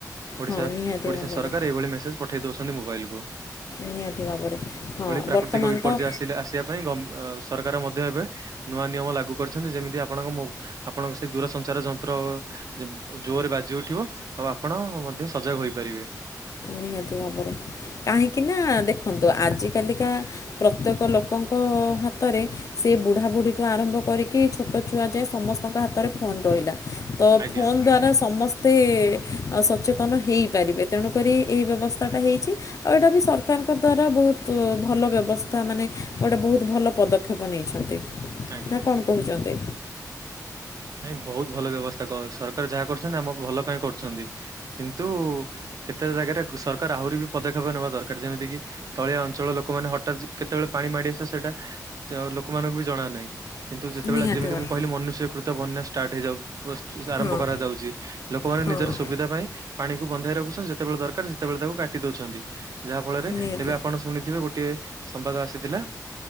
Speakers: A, on the right; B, on the left.
A: ଓଡ଼ିଶା
B: ହଁ ନିହାତି
A: ଓଡ଼ିଶା
B: ଭାବରେ
A: ସରକାର ଏଇଭଳି ମେସେଜ ପଠେଇ ଦେଉଛନ୍ତି ମୋବାଇଲକୁ।
B: ନିହାତି ଭାବରେ ହଁ
A: ପ୍ରାକୃତିକ
B: ବର୍ତ୍ତମାନ
A: ବିପର୍ଯ୍ୟୟ
B: ତ
A: ଆସିଲେ ଆସିବା ପାଇଁ ଗମ ଅ ସରକାର ମଧ୍ୟ ଏବେ ନୂଆ ନିୟମ ଲାଗୁ କରିଛନ୍ତି ଯେମିତି ଆପଣଙ୍କ ମୋ ଆପଣଙ୍କ ସେ ଦୂରସଞ୍ଚାର ଯନ୍ତ୍ର ଯେ ଜୋର ବାଜି ଯଉଠିବ ଆଉ ଆପଣ ମଧ୍ୟ ସେ ସଜାଗ ହୋଇପାରିବେ।
B: ନିହାତି ଭାବରେ କାହିଁକି ନା ଦେଖନ୍ତୁ ଆଜ କାଲିକା ପ୍ରତ୍ୟେକ ଲୋକଙ୍କ ହାତରେ ସେ ବୁଢ଼ାବୁଢ଼ୀଠୁ ଆରମ୍ଭ କରିକି ଛୋ ଛୋଟ ଛୁଆ ଯାଏ ସମସ୍ତଙ୍କ ହାତରେ ଫୋନ୍ ରହିଲା। ତ
A: ଆଜ୍ଞା
B: ଫୋନ୍ ଦ୍ୱାରା ସମସ୍ତେ ସଚେତନ ହେଇପାରିବେ। ତେଣୁକରି ଏହି ବ୍ୟବସ୍ଥାଟା ହେଇଛି। ଆଉ ଏଇଟା ବି ସରକାରଙ୍କ ଦ୍ଵାରା ବହୁତ ଭଲ ବ୍ୟବସ୍ଥା ମାନେ ଗୋଟେ ବହୁତ ଭଲ ପଦ କ୍ଷେପ ନେଇଛନ୍ତି
A: ଆଜ୍ଞା
B: ନା
A: ଆଜ୍ଞା
B: କଣ କହୁଛନ୍ତି।
A: ନାଇଁ ବହୁତ ଭଲ ବ୍ୟବସ୍ଥା କ ସରକାର ଯାହା କରୁଛନ୍ତି ଆମ ଭଲ ପାଇଁ କରୁଛନ୍ତି। କିନ୍ତୁ କେତେକ ଜାଗାରେ <inaudible> ସରକାର ଆହୁରି ବି ପଦକ୍ଷେପ ନେବା ଦରକାର ଯେମିତି କିି ତଳିଆ ଅଞ୍ଚଳର ଲୋକମାନେ ହଠାତ୍ କେତେବେଳେ ପାଣି ମାଡି ଆସିବ ସେଇଟା ଲୋକମାନଙ୍କୁ ବି ଜଣା ନାହିଁ। କିନ୍ତୁ ଯେତେବେଳେ
B: ନିହାତି
A: ଯେମିତି
B: ଭାବରେ
A: ମୁଁ କହିଲି ମନୁଷ୍ୟକୃତ ବନ୍ୟ ଷ୍ଟାର୍ଟ ହେଇଯାଉ। <unintelligible> ଆରମ୍ଭ
B: ହଁ
A: କରାଯାଉଛି ଲୋକମାନେ
B: ହଁ
A: ନିଜର ସୁବିଧା ପାଇଁ ପାଣିକୁ ବନ୍ଧାଇ ରଖୁଛନ୍ତି ଯେତେବେଳେ ଦରକାର ସେତେବେଳେ ତାକୁ କାଟି ଦଉଛନ୍ତି ଯାହା ଫଳରେ
B: ନିହାତି
A: ଏବେ ଆପଣ ଶୁଣିଥିବେ ଗୋ ଗୋଟିଏ ସମ୍ବାଦ ଆସିଥିଲା